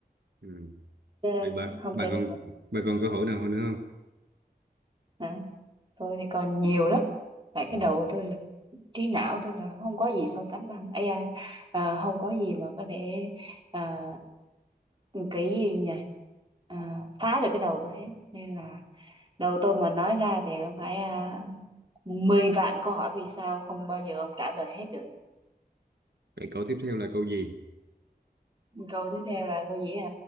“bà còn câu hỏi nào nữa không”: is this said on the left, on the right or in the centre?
Right